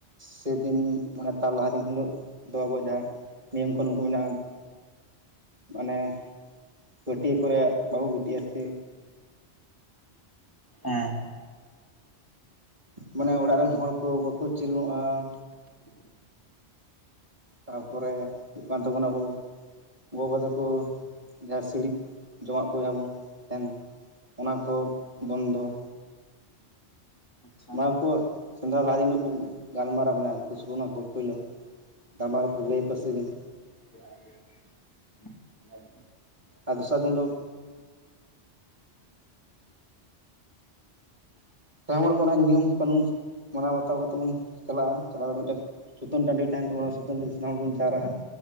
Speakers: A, on the right; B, on the left.
A: ᱥᱮᱸᱫᱤᱱ ᱢᱟᱱᱮ ᱛᱟᱨ ᱞᱟᱦᱟ ᱫᱤᱱ ᱦᱤᱞᱳᱜ ᱫᱚ ᱟᱵᱚᱣᱟᱜ ᱡᱟᱦᱟᱸ ᱱᱤᱭᱚᱢ ᱠᱟᱱᱩᱱ ᱠᱚ ᱢᱮᱱᱟᱜᱼᱟ ᱾ ᱢᱟᱱᱮ ᱯᱟᱹᱴᱭᱟᱹ ᱠᱚᱨᱮ ᱵᱟᱵᱚ ᱜᱤᱛᱤᱜᱼ ᱟ ᱥᱮ?
B: ᱦᱮᱸ ᱾
A: ᱢᱟᱱᱮ ᱚᱲᱟᱜ ᱨᱮᱱ ᱦᱚᱲ ᱠᱚ ᱵᱟᱠᱚ ᱪᱤᱨᱚᱱᱚᱜᱼᱟ ᱾ ᱛᱟᱨᱯᱚᱨᱮ ᱦᱩᱭᱩᱜ ᱠᱟᱱ ᱛᱟᱵᱳᱱᱟ ᱟᱵᱚ ᱜᱚᱼᱵᱟ ᱛᱟᱠᱚ ᱡᱟᱦᱟᱸ ᱥᱤᱲᱤᱡ ᱡᱚᱢᱟᱜ ᱠᱚ ᱡᱟᱦᱟᱸ ᱵᱚᱱ ᱛᱟᱦᱮᱱ ᱚᱱᱟ ᱠᱚ ᱵᱚᱱᱫᱚ ᱾
B: ᱟᱪᱪᱷᱟ
A: ᱱᱚᱣᱟ ᱠᱚ ᱥᱮᱸᱫᱽᱨᱟ ᱞᱟᱦᱟ ᱫᱤᱱ ᱦᱤᱞᱳᱜ ᱠᱚ ᱜᱟᱞᱢᱟᱨᱟᱣ ᱢᱟᱱᱮ ᱟᱛᱳ ᱥᱳᱞᱳᱟᱱᱟ ᱠᱚ ᱯᱳᱭᱞᱳ ᱴᱟᱢᱟᱠ ᱨᱩᱭᱟ ᱟᱨ ᱠᱚ ᱥᱮᱨᱮᱧ,
B: <inaudible>
A: ᱟᱨ ᱫᱚᱥᱟᱨ ᱫᱤᱱ ᱦᱤᱞᱳᱜ ᱛᱟᱭᱚᱢ ᱦᱚᱲ ᱠᱚ ᱚᱱᱟ ᱱᱩᱤᱭᱚᱢ ᱠᱟᱹᱱᱩᱱ ᱢᱟᱱᱟᱣ ᱵᱟᱛᱟᱣ ᱠᱟᱛᱮᱫ ᱵᱚᱱ ᱪᱟᱞᱟᱜᱼᱟ᱾ ᱪᱟᱞᱟᱣ ᱠᱟᱛᱮᱫ ᱢᱤᱫᱴᱟᱝ ᱥᱩᱛᱟᱹᱱ ᱴᱟᱺᱰᱤ ᱛᱟᱦᱮᱱ ᱛᱟᱵᱚᱱᱟ ᱥᱩᱛᱟᱹᱱ ᱴᱟᱺᱰᱤ ᱨᱮ ᱥᱟᱱᱟᱢ ᱦᱚᱲ ᱵᱚᱱ ᱡᱟᱣᱨᱟᱜᱼᱟ ᱾